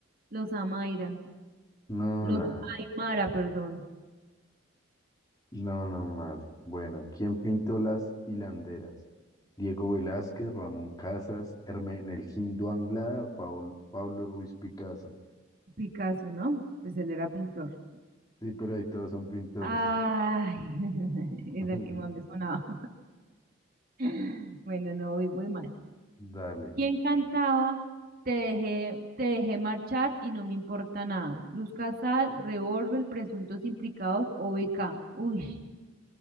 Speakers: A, on the right (about 45°); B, on the left (about 20°).
A: los amaira,
B: no,
A: los
B: nada.
A: aymara, perdón.
B: No, no mal. Bueno, ¿quién pintó las hilanderas? Diego Velázquez, Ramón Casas, Hermenegildo Anglada, Paul- Pablo Ruiz Picasso.
A: Picasso, ¿no? Pues él era pintor.
B: Sí, pero ahí todos son pintores.
A: Ay, <laughs> era
B: <laughs>
A: el que más me sonaba. <laughs> Bueno, no, voy, voy mal.
B: Dale.
A: ¿Quién cantaba? Te dejé, te dejé marchar y no me importa nada. Luz Casal, Revólver, Presuntos Implicados o BK. Uy,